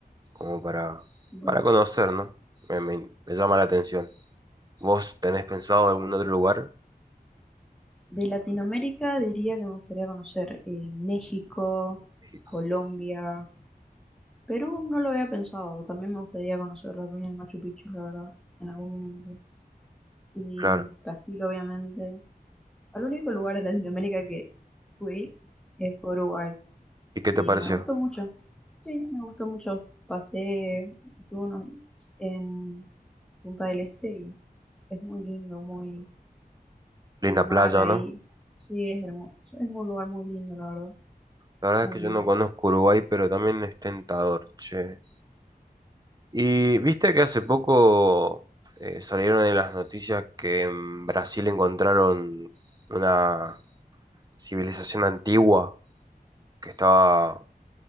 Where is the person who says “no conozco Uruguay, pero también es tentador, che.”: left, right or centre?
Right